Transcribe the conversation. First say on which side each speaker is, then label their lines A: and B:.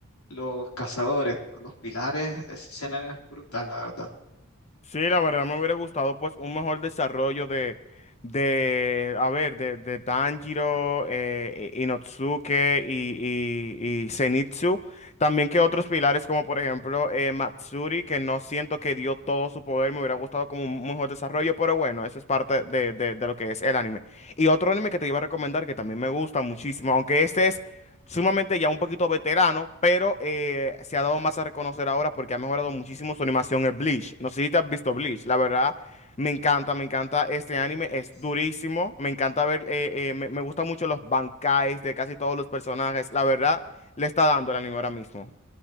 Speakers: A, on the left (about 80°); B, on the left (about 30°).
A: los cazadores por los pilares, esa escena es brutal, la verdad.
B: Sí, la verdad me hubiera gustado pues un mejor desarrollo de, de a ver, de, de Tanjiro, eh, I- Inosuke y, y, y Zenitsu. También que otros pilares como por ejemplo eh, Matsuri, que no siento que dio todo su poder, me hubiera gustado como un mejor desarrollo, pero bueno, eso es parte de, de, de lo que es el anime. Y otro anime que te iba a recomendar que también me gusta muchísimo, aunque este es sumamente ya un poquito veterano, pero eh, se ha dado más a reconocer ahora porque ha mejorado muchísimo su animación en Bleach. No sé si te has visto Bleach, la verdad me encanta,
A: Uh,
B: me encanta
A: y
B: este anime,
A: es,
B: es durísimo, me encanta ver, eh, eh, me, me gustan mucho los bancais de casi todos los personajes, la verdad le está dando el anime ahora mismo.